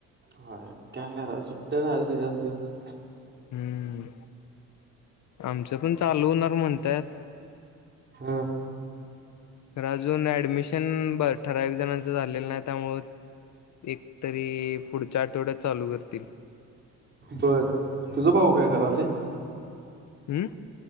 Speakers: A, on the right; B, on the left.
A: हो काय कराच सुट्ट्या नाहीत <unintelligible>
B: हम्म, आमचं पण चालू होणार म्हणत्यात.
A: ह.
B: तर अजून ऍडमिशन बर ठराविक जणांचं झालेलं नाही त्यामुळं एक तरी पुढच्या आठवड्यात चालू करतील.
A: बर तुझा भाऊ काय करालय?
B: हम्म.